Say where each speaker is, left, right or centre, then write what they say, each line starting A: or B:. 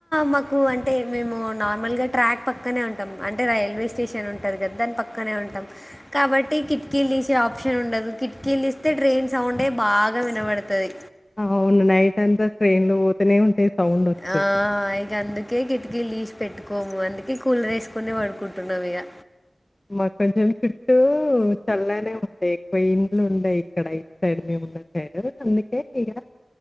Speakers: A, on the left (about 15°); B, on the left (about 40°).
A: మాకు అంటే మేము నార్మల్గా ట్రాక్ పక్కనే ఉంటాం అంటే రైల్వే స్టేషన్ ఉంటంది కదా దాని పక్కనే ఉంటాం కాబట్టి కిటికీలు తీసే ఆప్షన్ ఉండదు కిటికీలు ఇస్తే ట్రైన్ సౌండే బాగా వినబడతాది
B: అవును నైట్ అంతా ట్రైన్లు వోతనే ఉంటాయి సౌండొస్తది.
A: ఆ ఇగ అందుకే కిటికిల్తీసి పెట్టుకోము అందుకే కూలర్ వేసుకునే పడుకుంటున్నాం ఇగా
B: మాకు కొంచెం చుట్టూ చల్లనే ఉంటాయి ఎక్కువ ఇండ్లు ఉంటాయి ఇక్కడ సైడ్ మేమున్న సైడు అందుకే ఇక